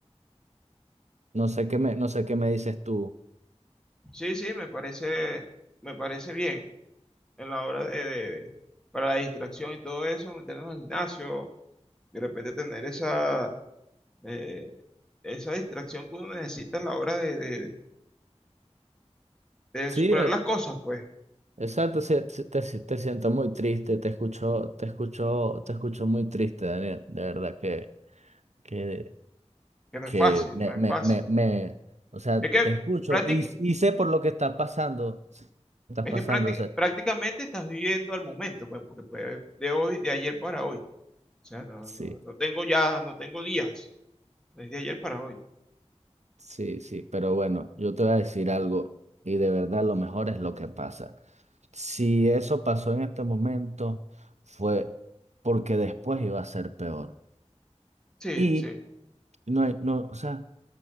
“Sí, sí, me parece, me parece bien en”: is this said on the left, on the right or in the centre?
Centre